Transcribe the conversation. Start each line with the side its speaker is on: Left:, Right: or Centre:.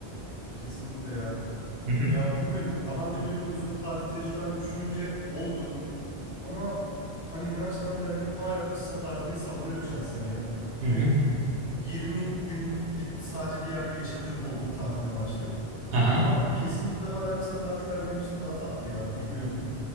Left: kesinlikle ya.
Right: Hı hı.
Left: Ya bilmiyorum daha önce böyle bir uzun tatil tecrübem düşününce oldu. Ama hani ne açıdan değerlendireyim hala kısa tatili savunuyorum şahsen ya.
Right: Hı
Left: Hani
Right: hı.
Left: gidip 20 gün gidip sadece bir yerde yaşadığım oldu tatil amaçlı.
Right: Aha.
Left: Ama kesinlikle hala kısa tatiller benim için daha tatlı ya. Bilmiyorum.